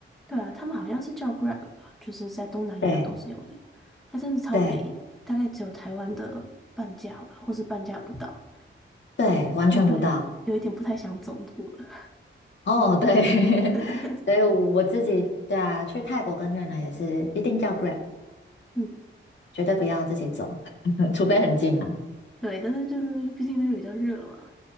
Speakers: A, in the centre; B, on the left (about 65°).
A: 对啊，他们好像是叫 Grab 吧，就是在东南亚都是用的，
B: 对
A: 它真的超便宜，
B: 对
A: 大概只有台湾的半价吧，或是半价不到，
B: 对，完全不到。
A: 就会有一点不太想走路了，
B: 哦，对，
A: <laughs>
B: <laughs> 所以我自己对啊，去泰国跟越南也是一定叫 Grab，
A: 嗯，
B: 绝对不要自己走，<laughs> 除非很近了。
A: 对，但是就是毕竟那边比较热嘛，